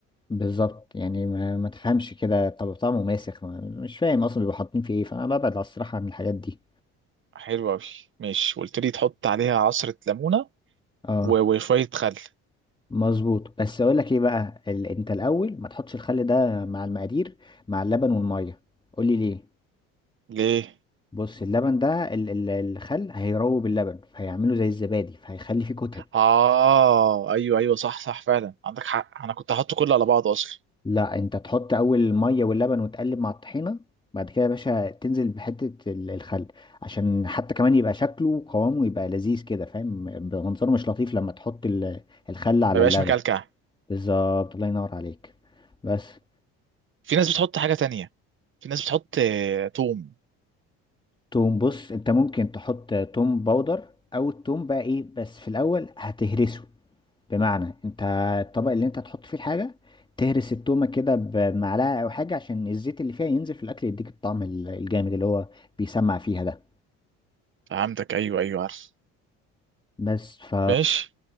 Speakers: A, on the left (about 15°); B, on the right (about 40°).
A: بالظبط يعني ما, ما تفهمش كده طب طعمه ماسخ ما مش فاهم اصلا بيبقوا حاطين فيه ايه فانا ببعد على الصراحه عن الحاجات دي
B: حلو قوي ماشي وقلت لي تحط عليها عصره ليمونه
A: اه
B: و- وشويه خل
A: مظبوط بس اقول لك ايه بقى ال... انت الاول ما تحطش الخل ده مع المقادير مع اللبن والميه قول لي ليه
B: ليه
A: بص اللبن ده ال- ال- الخل هيروب اللبن فهيعمله زي الزبادي فهيخلي فيه كتل
B: اه ايوه ايوه صح صح فعلا عندك حق انا كنت هحط كله على بعضه اصلا
A: لا انت تحط اول الميه واللبن وتقلب مع الطحينه بعد كده يا باشا تنزل بحته ال- الخل عشان حتى كمان يبقى شكله وقوامه يبقى لذيذ كده فاهم بيبقى منظره مش لطيف لما تحط ال- الخل على
B: ما بقاش
A: اللبن
B: مكلكع
A: بالظبط الله ينور عليك بس
B: في ناس بتحط حاجة تانية في ناس بتحط آه، توم
A: توم بص انت ممكن تحط توم باودر او التوم بقى ايه بس في الاول هتهرسه بمعنى انت الطبق اللي انت هتحط فيه الحاجه تهرس التومه كده بمعلقه او حاجه عشان الزيت اللي فيها ينزل في الاكل يديك الطعم ال- الجامد اللي هو بيسمع فيها ده
B: فهمتك ايوه ايوه عارف
A: بس ف
B: ماشي